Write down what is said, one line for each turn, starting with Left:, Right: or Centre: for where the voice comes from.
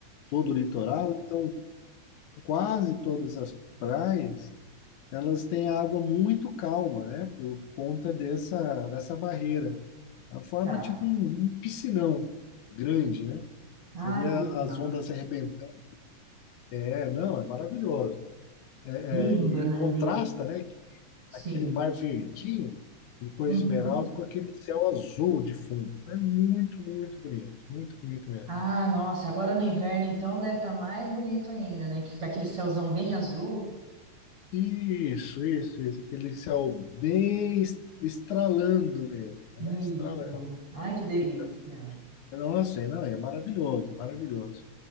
Left: todo o litoral, então quase todas as praias, elas têm água muito calma, né, por conta dessa dessa barreira. Ela forma
Right: tá.
Left: tipo um, um piscinão grande, né?
Right: Ah,
Left: Você vê a-
Right: que legal.
Left: as ondas se arrebentando. É, não, é maravilhoso. É,
Right: Linda,
Left: é, e
Right: né?
Left: contrasta,
Right: Linda.
Left: né,
Right: Sim.
Left: aquele mar verdinho de cor
Right: Uhum.
Left: esmeralda com aquele céu azul de fundo. É muito, muito bonito, muito bonito mesmo.
Right: Ah, nossa, agora no inverno então deve estar mais bonito ainda, né? Que fica aquele céuzão bem azul.
Left: Isso, isso, isso, aquele céu bem es- estralando mesmo, né?
Right: Isso.
Left: Estralando.
Right: Ai, que delícia.
Left: Fica- Nossa, não, é maravilhoso, é maravilhoso.